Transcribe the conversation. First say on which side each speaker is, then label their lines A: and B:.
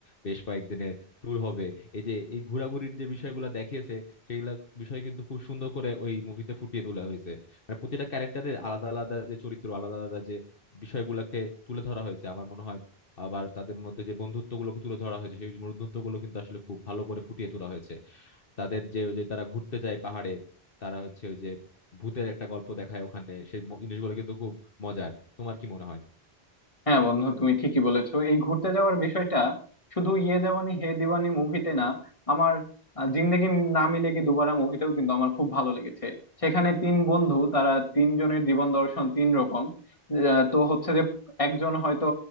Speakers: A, on the left (about 60°); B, on the left (about 35°).
A: বেশ কয়েকদিনের ট্যুর হবে এই যে এই ঘোরাঘুরির যে বিষয়গুলো দেখিয়েছে সেগুলা বিষয় কিন্তু খুব সুন্দর করে ওই মুভিতে ফুটিয়ে তোলা হয়েছে মানে প্রতিটা ক্যারেক্টারের আলাদা আলাদা যে চরিত্র আলাদা আলাদা যে বিষয়গুলোকে তুলে ধরা হয়েছে আমার মনে হয় আবার তাদের মধ্যে যে বন্ধুত্বগুলোকে তুলে ধরা হয়েছে সেই বন্ধুত্বগুলো কিন্তু আসলে খুব ভালো করে ফুটিয়ে তোলা হয়েছে তাদের যে ওই যে তারা ঘুরতে যায় পাহাড়ে তারা হচ্ছে ওই যে ভূতের একটা গল্প দেখায় ওখানে সেই ম- জিনিসগুলো কিন্তু খুব মজার তোমার কি মনে হয়
B: হ্যাঁ বন্ধু তুমি ঠিকই বলেছো এই ঘুরতে যাওয়ার বিষয়টা শুধু ইয়ে জাওয়ানি হে দিওয়ানি মুভিতে না আমার আহ, জিন্দেগি না মিলেগি দুবারা মুভিটাও কিন্তু আমার খুব ভালো লেগেছে সেখানে তিন বন্ধু তারা তিনজনের জীবন দর্শন তিন রকম আহ, তো হচ্ছে যে একজন হয়তো